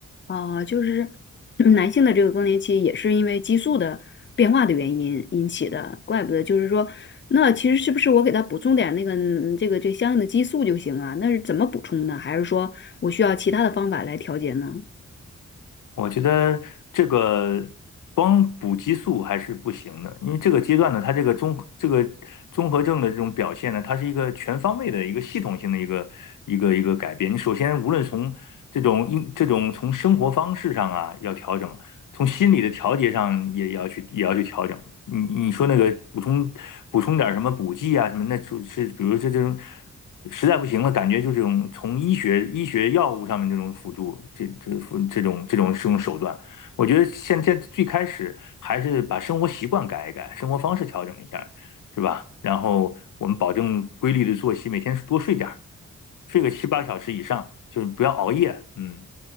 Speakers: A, on the left (about 35°); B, on the left (about 75°).
A: 啊，就是嗯男性的这个更年期也是因为激素的变化的原因引起的，怪不得就是说，那其实是不是我给他补充点那个嗯这个这相应的激素就行啊？那是怎么补充呢？还是说我需要其他的方法来调节呢？
B: 我觉得这个光补激素还是不行的，因为这个阶段呢，它这个综这个综合症的这种表现呢，它是一个全方位的一个系统性的一个一个一个改变。你首先无论从这种应这种从生活方式上啊要调整，从心理的调节上也要去也要去调整。你你说那个补充补充点儿什么补剂啊什么，那就是比如这这种实在不行了，感觉就这种从医学医学药物上面这种辅助，这这辅这种这种这种手段，我觉得现在最开始还是把生活习惯改一改，生活方式调整一下，对吧？然后我们保证规律的作息，每天多睡点儿，睡个七八个小时以上，就是不要熬夜。嗯，